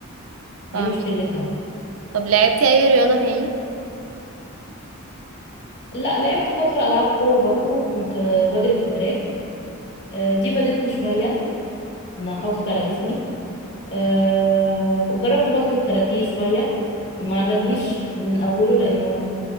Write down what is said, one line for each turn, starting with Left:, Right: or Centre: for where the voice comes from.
Left: دي
Right: فاهمك
Left: مشكلتها
Right: طب لعبتي اي رياضة تاني
Left: لا لعبت فتره العاب قوه برضو كنت آه، بجري في التراك آه، دي فادتني شويه انها حافظت على جسمي آه، جربت برضو الكاراتيه شويه ما عجبنيش من اوله لانه